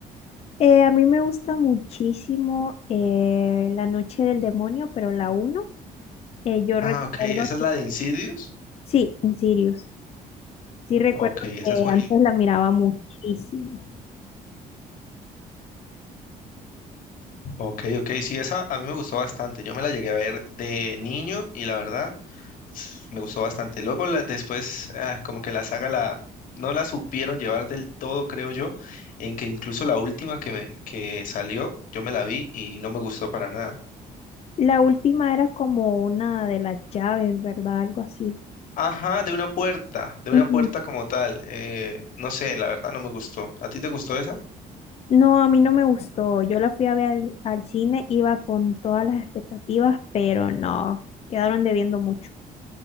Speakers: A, on the left (about 45°); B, on the left (about 65°).
A: Eh, a mí me gusta muchísimo eh, La Noche del Demonio, pero la uno eh, yo
B: Ah,
A: recuerdo
B: ok, esa es
A: que,
B: la de Insidious.
A: sí, Insidious, sí recuerdo
B: Ok, esa
A: que
B: es buenísima.
A: antes la miraba muchísimo.
B: Ok, ok, sí, esa a mí me gustó bastante. Yo me la llegué a ver de niño y la verdad <sniffs> me gustó bastante. Luego la- después ah, como que la saga la no la supieron llevar del todo, creo yo, en que incluso la última que me que salió, yo me la vi y no me gustó para nada.
A: La última era como una de las llaves, ¿verdad? Algo así.
B: Ajá, de una puerta, de una
A: Ujú.
B: puerta como tal. eh, no sé, la verdad no me gustó. ¿A ti te gustó esa?
A: No, a mí no me gustó. Yo la fui a ver al, al cine, iba con todas las expectativas, pero no, quedaron debiendo mucho.